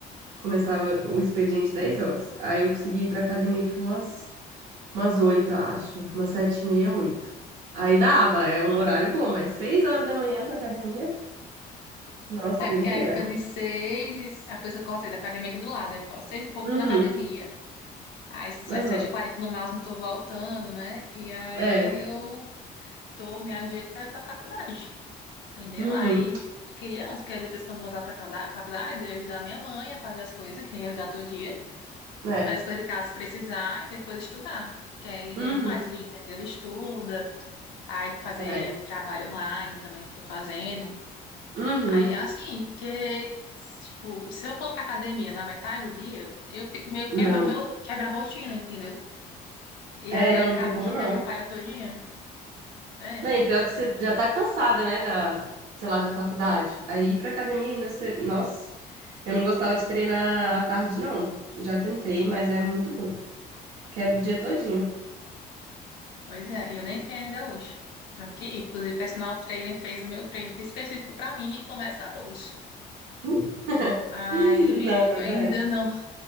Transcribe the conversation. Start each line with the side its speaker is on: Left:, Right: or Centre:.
Right: Começava o expediente 10 horas. Aí eu consegui ir pra academia tipo umas, umas 8 eu acho. Umas 7 e meia, oito Aí dava, é um horário bom, mas 6 horas da manhã pra academia. Nossa,
Left: É,
Right: guerreira.
Left: porque aí fica de 6 e a pessoa corre 6, a academia aqui do lado, né? Corre 6 e pouco
Right: Uhum,
Left: tô na academia. Aí são
Right: uhum.
Left: as sete h 40 no máximo, tô voltando, né? E aí
Right: É,
Left: eu tô, me ajeito para ir para faculdade. Entendeu?
Right: uhum,
Left: Aí eu queria antes, porque aí depois, quando voltar pra faculda- faculdade, eu ia ajudar minha mãe a fazer as coisas, que nem ia ajudar todo dia,
Right: é,
Left: fazer as coisas de casa se precisar e depois estudar. Que aí rende
Right: uhum,
Left: mais, entendeu? Estuda, aí fazer
Right: é,
Left: trabalho online também que eu tô fazendo.
Right: uhum.
Left: Aí é assim, porque, tipo, se eu for pra academia na metade do dia, eu fi- meio que
Right: Não.
Left: quebro o meu, quebra a rotina, entendeu? E
Right: É,
Left: aí
Right: não,
Left: acaba
Right: não tem como
Left: que
Right: não.
Left: me atrapalha todinha. né?
Right: Não, e pior que você já tá cansada, né, da, sei lá, da faculdade. Aí ir pra academia ainda você. Nossa, eu não gostava de treinar à tarde, não. Já tentei, mas é muito ruim. Quebra o dia todinho.
Left: Pois é, e eu nem entrei ainda hoje. Então, que, inclusive, o personal trainer fez o meu treino específico para mim e começa hoje.
Right: <laughs>
Left: Aí
Right: Não,
Left: eu
Right: mas
Left: ainda
Right: é.
Left: não.